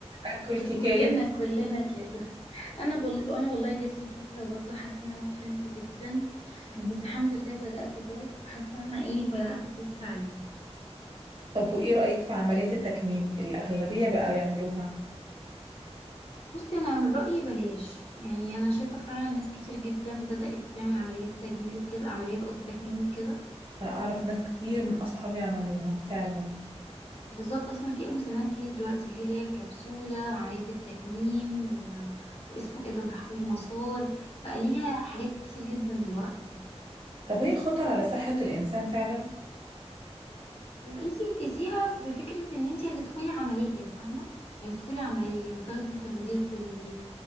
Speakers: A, on the right (about 50°); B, on the left (about 60°).
A: اكل كيكايه
B: كلنا كلنا كده أنا بل... أنا والله جات لي فترة برضو حاسة إن أنا اتخنت جدا
A: مم.
B: بس الحمد لله بدأت الدايت وحاسة إن أنا إيه بدأت أخس عليه
A: طب وايه رايك في عمليه التكميم الاغلبيه بقى يعملوها
B: بصي أنا من رأيي بلاش يعني أنا شايفة فعلا ناس كتير جدا بدأت تعمل عمليات تجميل وكده عمليات قصدي تكميم وكده
A: انا اعرف ناس كتير من اصحابي عملوها فعلا
B: بالظبط اصلا في مسميات كتير دلوقتي في اللي هي الكبسوله وعمليه التكميم و... واسمه ايه ده وتحويل مسار بقى ليها حاجات كتير جدا دلوقتي
A: طب هي خطر على صحه الانسان فعلا
B: هو انتي تقيسيها بفكره ان انتي هتدخلي عمليه فاهمه يعني تدخلي عمليه وتاخدي تخدير كلي